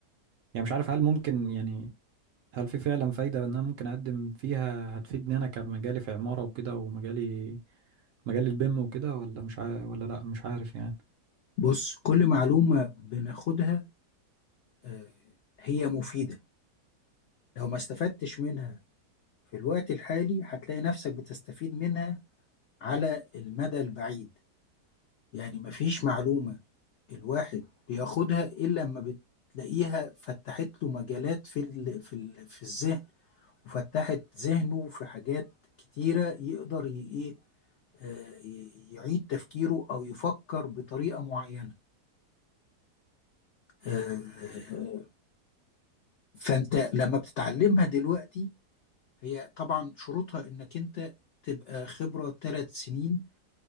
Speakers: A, on the right; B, on the left.
A: يعني مش عارف هل ممكن يعني هل في فعلا فايدة ان انا ممكن اقدم فيها هتفيدني انا كمجالي في عمارة وكده ومجالي مجال البيم وكده ولا مش عارف ولا لا مش عارف يعني
B: بص كل معلومة بناخدها آه، هي مفيدة لو ما استفدتش منها في الوقت الحالي هتلاقي نفسك بتستفيد منها على المدى البعيد يعني مفيش معلومة الواحد بياخدها الا لما بتلاقيها فتحت له مجالات في ال في ال في الذهن وفتحت ذهنه في حاجات كتيره يقدر ي- ايه آه، ي- يعيد تفكيره او يفكر بطريقه معينه آه، آه، فانت لما بتتعلمها دلوقتي هي طبعا شروطها انك انت تبقى خبره ثلاث سنين